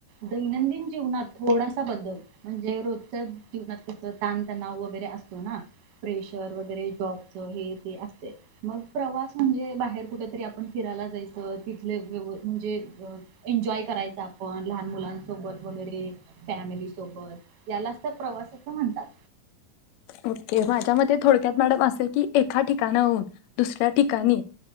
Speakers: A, on the right; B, on the left.
A: दैनंदिन जीवनात थोडासा बदल म्हणजे रोजच्या जीवनात कस ताणतणाव वगैरे असतो ना प्रेशर वगैरे जॉबच हे ते असते मग प्रवास म्हणजे बाहेर कुठ तरी आपण फिरायला जायचं तिथले व म्हणजे एन्जॉय करायचं आपण लहान मुलांसोबत वगैरे फॅमिली सोबत यालाच तर प्रवास असं म्हणतात
B: ओके माझ्या म थोडक्यात मॅडम असं की एका ठिकाणा होन दुसऱ्या ठिकाणी